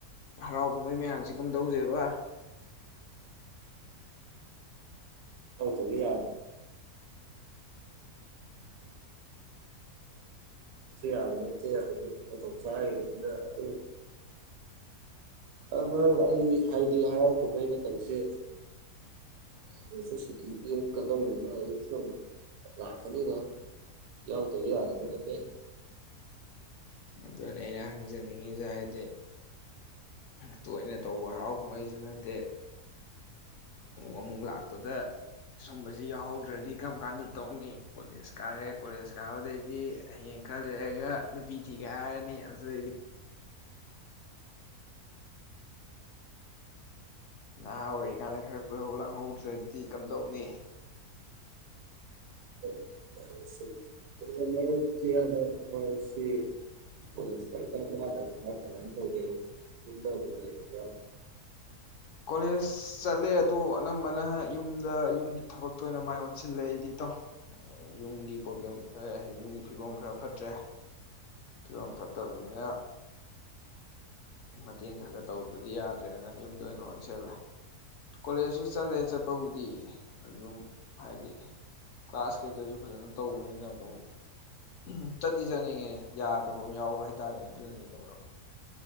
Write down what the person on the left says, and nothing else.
ꯍꯔꯥꯎ ꯀꯨꯝꯍꯩ ꯃꯌꯥꯝꯁꯤ ꯀꯝꯗꯧꯁꯦꯕ
ꯑꯗꯨꯅ ꯑꯩꯅ ꯍꯪꯖꯅꯤꯡꯉꯤꯁꯦ ꯍꯥꯏꯗꯤ ꯇꯣꯏꯅ ꯇꯧꯕ ꯍꯔꯥꯎ ꯀꯨꯝꯍꯩꯁꯨ ꯅꯠꯇꯦ ꯑꯃꯨꯛ-ꯑꯃꯨꯛ ꯂꯥꯛꯄꯗ ꯁꯨꯝꯕꯁꯤ ꯌꯥꯎꯍꯧꯗ꯭ꯔꯗꯤ ꯀꯔꯝ ꯀꯥꯟꯗ ꯇꯧꯅꯤ ꯀꯣꯂꯦꯖ ꯀꯥꯔꯦ ꯀꯣꯂꯦꯖ ꯀꯥꯕꯗꯩꯗꯤ ꯍꯌꯦꯡ ꯈꯜꯂꯔꯒ ꯅꯨꯄꯤ ꯊꯤꯒꯦ ꯍꯥꯏꯔꯅꯤ ꯑꯗꯨꯗꯩꯗꯤ ꯅꯍꯥ ꯑꯣꯏꯔꯤꯀꯥꯟꯗ ꯈꯔ ꯀꯣꯏꯍꯧ ꯂꯥꯡꯍꯧꯗ꯭ꯔꯗꯤ ꯀꯝꯗꯧꯅꯤ
ꯀꯣꯂꯦꯖ ꯆꯠꯂꯦ ꯑꯗꯣ ꯑꯅꯝꯕꯅ ꯌꯨꯝꯗ ꯌꯨꯝꯒꯤ ꯊꯕꯛꯛꯇꯣꯏ ꯑꯣꯏꯅ ꯃꯥꯏ ꯑꯣꯟꯁꯤꯜꯂꯦ ꯑꯩꯗꯤ ꯏꯇꯥꯎ ꯌꯨꯝꯒꯤ ꯄ꯭ꯔꯣꯕ꯭ꯂꯦꯝ ꯍꯥꯏꯗꯤ ꯌꯨꯝꯒꯤ ꯐꯤꯕꯝ ꯈꯔ ꯐꯠꯇ꯭ꯔꯦ ꯐꯤꯕꯝ ꯐꯠꯇꯕꯅꯤꯅ ꯃꯇꯦꯡ ꯈꯔ ꯈꯔ ꯇꯧꯗ꯭ꯔꯗꯤ ꯌꯥꯗ꯭ꯔꯦꯅ ꯌꯨꯝꯗ ꯑꯣꯏꯅ ꯑꯣꯟꯁꯤꯜꯂꯦ ꯀꯣꯂꯦꯖꯁꯨ ꯆꯠꯂꯦ ꯆꯠꯄꯕꯨꯗꯤ ꯑꯗꯨꯝ ꯍꯥꯏꯗꯤ ꯀ꯭ꯂꯥꯁ ꯀꯩ-ꯀꯩꯁꯨ ꯐꯖꯅ ꯇꯧꯕꯅꯤꯅ ꯑꯗꯨꯝ ꯎꯝ ꯆꯠꯗꯤ ꯆꯠꯅꯤꯡꯉꯦ ꯌꯥꯗꯕ ꯑꯃ ꯌꯥꯎꯕ ꯍꯥꯏꯇꯥꯔꯦ ꯑꯗꯨꯅꯅꯦꯗ ꯃꯔꯨꯞ